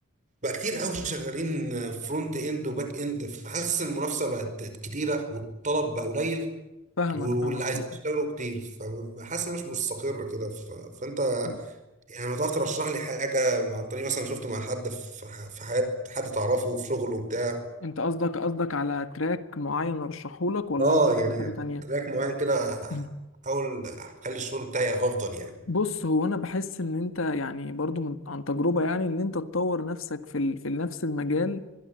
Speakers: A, on the right; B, on the left.
A: بقى كتير قوي شغالين فرونت اند وباك اند فحاسس ان المنافسه بقت كتيره والطلب بقى قليل
B: فاهمك
A: واللي
B: فاهمك
A: عايزين
B: طبعا
A: يشتغلوا كتير فحاسس انها مش مستقره كده ف... فانت
B: مم.
A: يعني لو تعرف ترشح لي حاجه عن طريق مثلا شفته مع حد في ح- في حياه حد تعرفه في شغله بتاع
B: انت قصدك قصدك على تراك معين ارشحه لك ولا
A: اه
B: قصدك
A: يعني
B: على حاجة تانية
A: تراك معين كده
B: مم.
A: احاول اخلي الشغل بتاعي افضل يعني
B: بص هو انا بحس ان انت يعني برضو من عن تجربة يعني ان انت تطور نفسك في ال... في نفس المجال